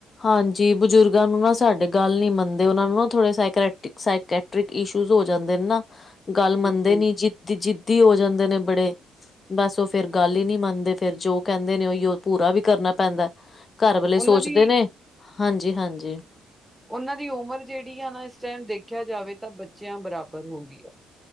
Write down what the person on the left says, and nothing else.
ਹਾਂਜੀ ਬਜ਼ੁਰਗਾਂ ਨੂੰ, ਨਾ ਸਾਡੇ ਗੱਲ ਨਹੀ ਮੰਨਦੇ, ਉਹਨਾਂ ਨੂੰ ਨਾ ਥੋੜੇ ਸਾਇਕੈਟ -ਸਾਇਕੈਟ ਰਿਕ, ਇਸ਼ੂਸ ਹੋ ਜਾਂਦੇ ਨੇ ਨਾ, ਗੱਲ
ਮੰਨਦੇ ਨੀ ਜ਼ਿੱਦ, ਜਿੱਦੀ ਹੋ ਜਾਂਦੇ ਨੇ ਬੜੇ। ਬਸ ਉਹ ਫੇਰ ਗੱਲ ਈ ਨੀ ਮੰਨਦੇ, ਫੇਰ ਜੋ ਕਹਿੰਦੇ ਨੇ, ਉਹੀਓ ਪੂਰਾ ਵੀ ਕਰਨਾ ਪੈਂਦਾ। ਘਰ ਵਾਲੇ
ਸੋਚਦੇ
ਨੇ, ਹਾਂਜੀ- ਹਾਂਜੀ।